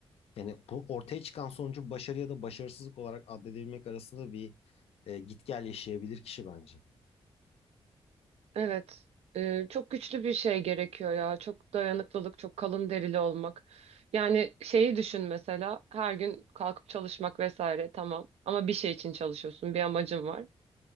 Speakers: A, on the left; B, on the right.
A: yani bu ortaya çıkan sonucu başarı ya da başarısızlık olarak adledebilmek arasında bir e, git gel yaşayabilir kişi bence.
B: evet. Ee, çok güçlü bir şey gerekiyor ya. Çok dayanıklılık, çok kalın derili olmak. Yani şeyi düşün mesela, her gün kalkıp çalışmak vesaire tamam. Ama bir şey için çalışıyorsun, bir amacın var.